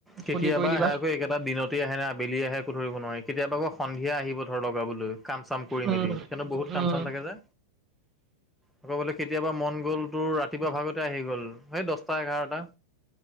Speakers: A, in the centre; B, on the right.
A: কেতিয়াবা
B: সুধি কৰি দিবা
A: আহে আকৌ এইকেটা দিনত', ৰাতি আহে নে আবেলিয়ে আহে একো ধৰিব নোৱাৰি, কেতিয়াবা আকৌ সন্ধিয়া আহিব ধৰ লগাবলৈ, কাম চাম কৰি
B: উম
A: মেলি', সিহঁতৰ বহুত কাম
B: উম
A: চাম থাকে যে, আকৌ বোলে কেতিয়াবা মন গ'ল তোৰ ৰাতিপুৱা ভাগত', আহি গ'ল সেই দটা এঘাৰটা,